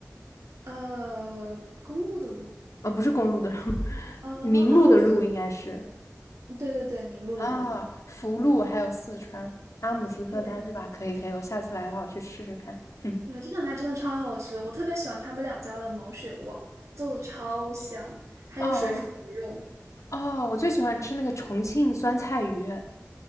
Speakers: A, on the right; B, on the left.
A: 呃，公路的路，
B: 啊、不是公路的路，<laughs>
A: 哦哦哦，
B: 明路的路应该是
A: 我知道，嗯对对对，名录的录，
B: 啊，福路还有四川阿姆斯特丹对吧？
A: 对
B: 可以可以，我下次来的话我去试试看。<laughs>
A: 对，这两家真的超好吃，我特别喜欢他们两家的毛血旺，做的超香，还有水煮鱼肉，
B: 哦哦，我最喜欢吃那个重庆酸菜鱼。